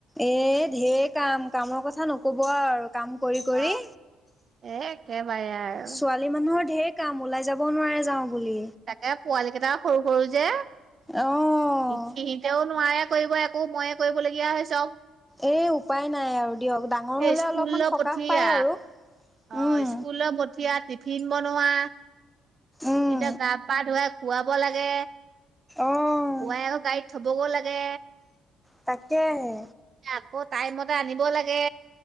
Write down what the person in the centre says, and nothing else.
এ ধেৰ‌কাম, কামৰ কথা নকব আৰু কাম কৰি কৰি
ছোৱালী মানুহৰ ধেৰ কাম ওলাই যাবও নোৱাৰে যাওঁ বুলি।
অ'
এ উপায় নাই আৰু দিয়ক ডাঙৰ
হলে
অলপমান সকাহ
পায় আৰু।
উম
উম
অ'
তাকেহে।